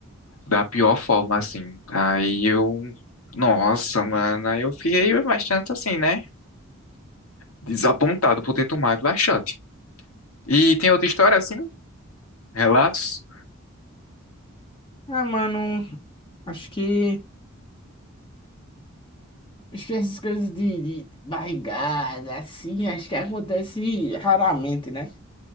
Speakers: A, on the left; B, on the left.
A: Da pior forma, assim. Aí eu. Nossa, mano, aí eu fiquei bastante assim, né? Desapontado por ter tomado laxante. E tem outra história assim? Relatos?
B: Ah, mano, acho que Acho que essas coisas de, de barrigada, assim, acho que acontece raramente, né?